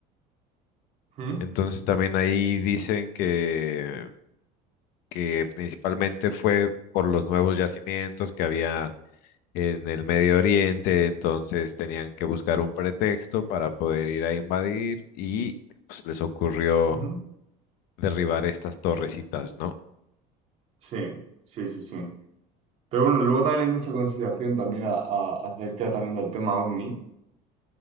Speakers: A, on the right; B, on the left.
A: ¿Mm?
B: Entonces también ahí dicen que, que principalmente fue por los nuevos yacimientos que había en el Medio Oriente, entonces tenían que buscar un pretexto para poder ir a invadir y pues, les ocurrió
A: Ujú.
B: derribar estas torrecitas, ¿no?
A: Sí, sí, sí, sí. Pero bueno, luego también hay mucha consideración también a- a- acerca también del tema OVNI,